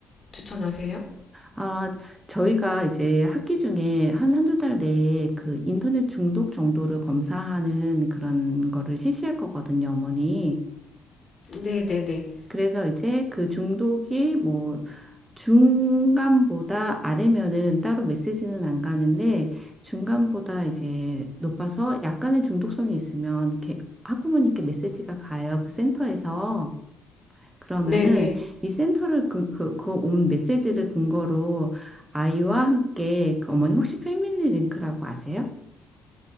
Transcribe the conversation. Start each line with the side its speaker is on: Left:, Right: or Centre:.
Left: 추천하세요?
Right: 아, 저희가 이제 학기 중에 한 한두 달 내에 그 인터넷 중독 정도를 검사하는 그런 거를 실시할 거거든요, 어머니.
Left: 네네네.
Right: 그래서 이제 그 중독이 뭐 중간보다 아래면은 따로 메시지는 안 가는데 중간보다 이제 높아서 약간의 중독성이 있으면 이렇게 학부모님께 메시지가 가요. 그 센터에서. 그러면은
Left: 네네.
Right: 이 센터를 그, 그, 그 온 메시지를 근거로 아이와 함께 그 어머니 혹시 패밀리 링크라고 아세요?